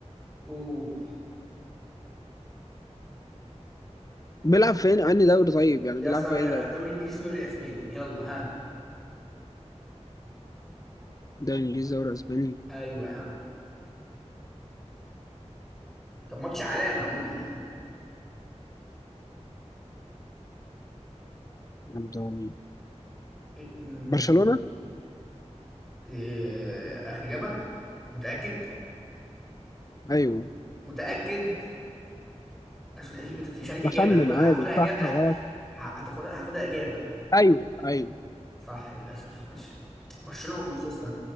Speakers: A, in the centre; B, on the left (about 30°).
A: قول
B: بيلعب فين أنهي دوري طيب يعني
A: يا
B: بيلعب
A: صعب
B: في
A: يا
B: أي دوري؟
A: دوري إنجليزي دوري أسباني يلا ها
B: دوري إنجليزي دوري أسباني
A: أيوة يا عم طب ماتش علامة عموما يعني
B: يعني
A: إيه أمم،
B: برشلونة؟
A: إيه، آخر إجابة متأكد
B: ايوه
A: متأكد عشان ما تحسبش ما تحسبش عليك اجابه
B: بخمن
A: هاخد
B: عادي
A: هاخدها اجابه
B: صح
A: لا
B: غلط
A: ه- هتاخدها هاخدها إجابة
B: ايوه ايوه
A: صح للأسف ماشي برشلونة ومانشستر